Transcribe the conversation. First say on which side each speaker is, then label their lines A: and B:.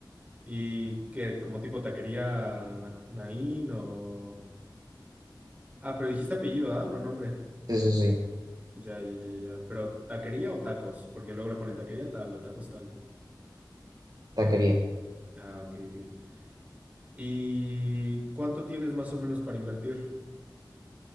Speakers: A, on the right; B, on the right.
A: ¿Y qué, como tipo taquería Naín o...? Ah, pero dijiste apellido, ¿ah? No nombre.
B: Sí, sí, sí,
A: Ya, ya, ya, ya. ¿Pero taquería o tacos? Porque luego le ponen taquería tal o tacos tal.
B: taquería.
A: Ah, ok, ok. ¿Y cuánto tienes más o menos para invertir?